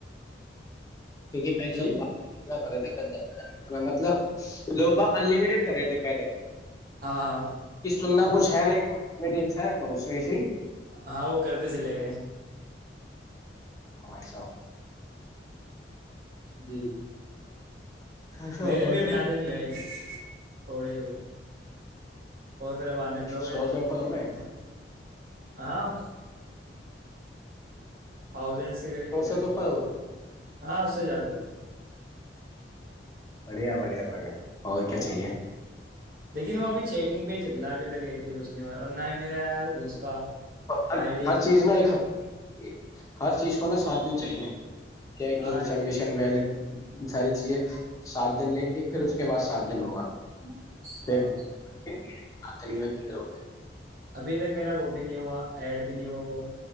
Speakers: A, on the left; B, on the right.
A: کیک پہلے
B: جی
A: تنا کر رہے تھےنا مطلب لوگ باگ انلمیٹیڈ کرے تھے پہلے
B: ہاں ہاں
A: کہ سننا کچھ ہے نہیں میٹنگ سے سی
B: ہاں وہ کرتے چلے گئے
A: ہمائیسو
B: جی
A: ایسا
B: میرے
A: ہوا
B: بھی
A: ہے
B: بھی زیادہ نہیں ہوئے تھوڑی ہی ہو اور پھر اب آنند ہو گئے
A: سو
B: تو
A: سے اوپر ہو
B: دیکھتے
A: گئے
B: ہیں <inaudible> تھاؤزنڈ کے قریب
A: سو
B: پہنچ
A: سے
B: جائے
A: تو اوپر ہو گئے
B: ہاں اس سے زیادہ ہوگا
A: بڑیا بڑھیا بڑھیا اور کیا
B: ہاں
A: چاہیے
B: لیکن وہ ابھی چیکنگ چل رہ اھیک ایکت بھی کچ نہیں ہوا اور ہی میرے یار اس کا
A: ہر
B: آئی ڈی
A: ہر چیز نا ایک ہفتے ہر چیز کو نا سات دن چاہیے چیکنگ
B: ہاں یہ
A: سبمیشن
B: بھی
A: ویل ساری چیزیں ساتھ دن لیں گے پھر اس کے بعد سات دن ہوگا
B: ہاں
A: ہاں دو کرو
B: ابھی تک میرا وہ بھی نہیں ہوا ایڈ بھی نہیں ہوا وہ